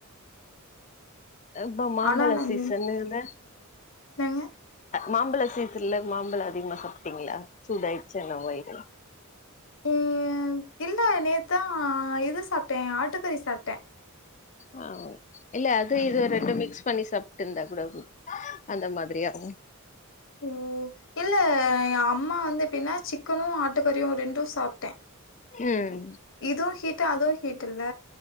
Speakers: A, on the left; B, on the left.
A: அ இப்பௌ மாம்பழ
B: ஆனா நா
A: சீசனுன்னு
B: மீன் என்னங்க
A: மாம்பழோ சீசன்ல மாம்பழம் அதிகமா சாப்ட்டீங்களா சூடாயிடுச்சா என்னவோ வய்ரு
B: ம் இல்ல நேத்தா இது சாப்ட்டே ஆட்டுக்கறி சாப்ட்டே
A: ஆ இல்ல அது இது ரெண்டு மிக்ஸ் பண்ணி சாப்ட்ருந்தா கூட அந்த மாதிரியாகு
B: ஓ இல்ல ஏ அம்மா வந்து எப்டின்னா சிக்கனு ம ட்டு கறியு ரெண்டு சாப்ட்டே
A: ம்
B: இதுவு ஹுட் ட்டு அதுவு கிட்டுல்ல